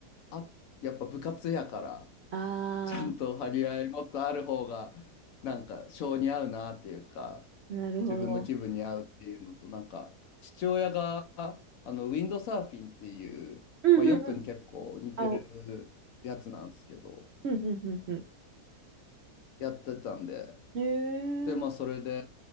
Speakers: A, on the left (about 70°); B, on the right (about 65°).
A: あ、やっぱ部活やから、
B: あ
A: ちゃんと張り合いもっとある方が、
B: ー
A: なんか、性に合うなっていうか、
B: なるほど。
A: 自分の気分に合うっていうのと、なんか、父親が、あの、ウィンドサーフィンっていう、
B: うんうんうん。
A: まあ、ヨットに結構似てるやつなんですけど、
B: あ、おうんうんうんう
A: やってたんで、
B: ん。へ
A: で、まあ、
B: え、
A: それで、